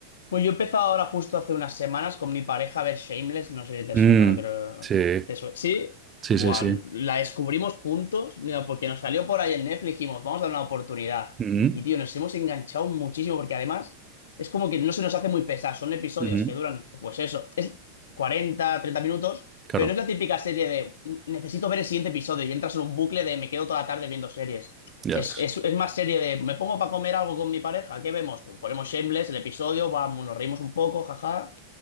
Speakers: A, on the left; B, on the right.
A: Pues yo he empezado ahora justo hace unas semanas con mi pareja a ver Shameless, no sé si te
B: Mm,
A: suena, no creo.
B: sí,
A: ¿Te suena? Sí,
B: sí,
A: Buah,
B: sí, sí.
A: la descubrimos juntos, mira, porque nos salió por ahí en Netflix, dijimos, vamos a dar una oportunidad.
B: Mm,
A: Y tío, nos hemos enganchado muchísimo porque además es como que no se nos hace muy pesada, son episodios
B: ujú,
A: que duran, pues eso, es 40, 30 minutos,
B: Claro,
A: pero no es la típica serie de necesito ver el siguiente episodio y entras en un bucle de me quedo toda la tarde viendo series.
B: ya
A: Es,
B: ves.
A: es, es más serie de, me pongo para comer algo con mi pareja, ¿qué vemos? Pues ponemos Shameless, el episodio, vamos, nos reímos un poco, jaja,